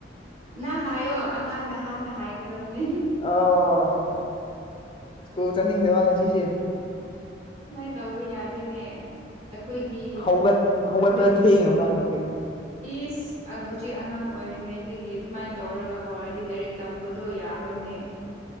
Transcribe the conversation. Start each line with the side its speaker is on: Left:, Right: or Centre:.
Right: ꯅ ꯍꯥꯏꯌꯣ ꯑꯉꯥꯡ ꯅꯍꯥꯟꯅ ꯍꯥꯏꯒꯗꯕꯅꯤ
Left: ꯑꯣ ꯁ꯭ꯀꯨꯜ ꯆꯠꯅꯤꯡꯗꯕ ꯉꯁꯤꯁꯦ
Right: ꯁꯨꯃꯥꯏꯅ ꯇꯧꯕ ꯌꯥꯗꯦꯅꯦ ꯑꯩꯈꯣꯏꯒꯤ
Left: ꯍꯧꯒꯠ ꯍꯧꯒꯠꯄꯗ
Right: ꯑꯩꯈꯣꯏ
Left: ꯊꯦꯡꯉꯕ ꯑꯗꯨꯒꯤ
Right: ꯏꯁ ꯍꯧꯖꯤꯛ ꯑꯉꯥꯡ ꯑꯣꯏꯔꯤꯉꯩꯗꯒꯤ ꯑꯗꯨꯃꯥꯏꯅ ꯇꯧꯔꯒ ꯍꯧꯔꯗꯤ ꯂꯥꯏꯔꯤꯛ ꯇꯝꯕꯗꯣ ꯌꯥꯔꯣꯏꯅꯤ <inaudible>